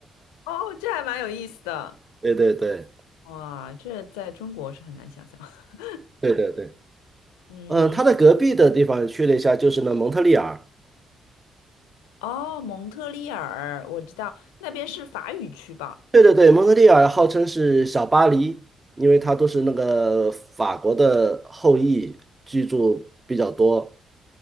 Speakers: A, on the left; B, on the right.
A: 哦，这还蛮有意思的。
B: <laughs> 对对对
A: 哇，这在中国是很难想象。<laughs>
B: 对对对，
A: 嗯，
B: 嗯，他的隔壁的地方去了一下，就是那蒙特利尔。
A: 哦，蒙特利尔，我知道那边是法语区吧？
B: 对对对，蒙特利尔号称是小巴黎，因为它都是那个法国的后裔居住比较多。